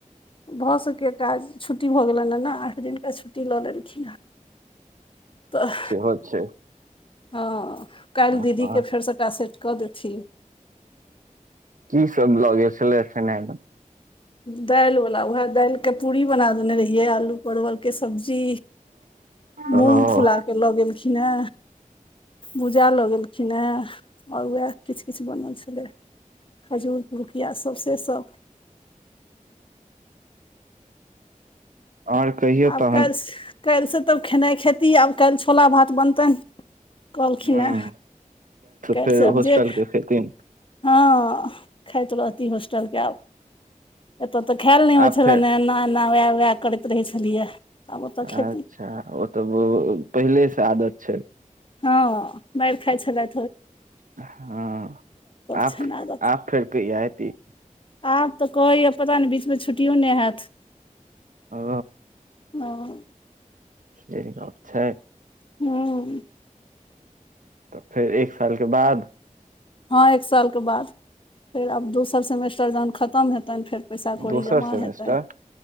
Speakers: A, on the left (about 40°); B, on the right (about 70°).
A: भऽ सकैत काज छुट्टी भऽ गेलनि ने आई दिनका छुट्टी लऽ लेलखिन हे तऽ
B: हो छै
A: हँ काल्हि दीदीके
B: आ,
A: फेर सभटा सेट कऽ देथिन
B: की सब लग छल छै ने
A: दालि वाला वएह दालि के पूरी बना देने ये आलू परवल के सब्जी
B: ओ
A: मूग फुला के लऽ गेलखिन हे भूजा लऽ गेलखिन हे आओर उएह किछु किछु बनल छलै खजूर पिुरुकिया सब से सब
B: आओर कहियौ
A: आब
B: तहन
A: कायल कायल से तब खेनाइ खेती आब काल्हि छोला भात बनतनि कहलखिन
B: ह
A: हे काल्हि
B: फेर
A: से
B: होस्टल
A: जे
B: के खेथिन
A: हँ खाइत रहती होस्टलके आब एतय तऽ खायल नहि होइत
B: आब
A: छलनि
B: फेर
A: ह एना एना उएह उएह करैत रहै छलियै आब ओतय
B: अच्छा
A: खेती
B: ओ तऽ पहिले से आदत छै
A: हँ मारि खाइ छलै
B: हँ आब
A: छनि आदत
B: आब फेर कहिया ऐते
A: आब तऽ कहैए पता नहि बीचमे छुट्टियो नहि हैत
B: ओ
A: हँ
B: से कहात छै
A: हूँ
B: तऽ फेर एक सालके बाद
A: हँ एक सालके बाद फेर आब दोसर सेमेस्टर जहन खतम हेतनि फेर पैसा कौड़ी
B: दोसर
A: जमा
B: सेमेस्टर
A: हेतै